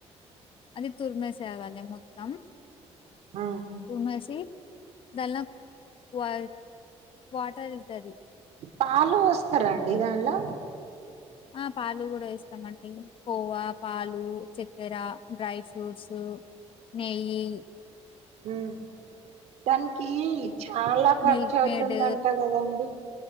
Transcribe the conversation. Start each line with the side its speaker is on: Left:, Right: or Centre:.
Left: అది తుర్మేసిఅగాలి మొత్తం.
Right: ఆ
Left: తుర్మేసి, దాల వాయ్ వాటర్ వెళ్తది
Right: పాలు వోస్తరా అండి దానిలో
Left: ఆ పాలు కూడా ఏస్తమండి. కోవా, పాలు, చక్కెర, డ్రై ఫ్ ఫూట్సు, నెయ్యి
Right: మ్ దానికి చాల ఖర్చవుతుంది
Left: మిల్క్ మేడ్
Right: అంట కదండి!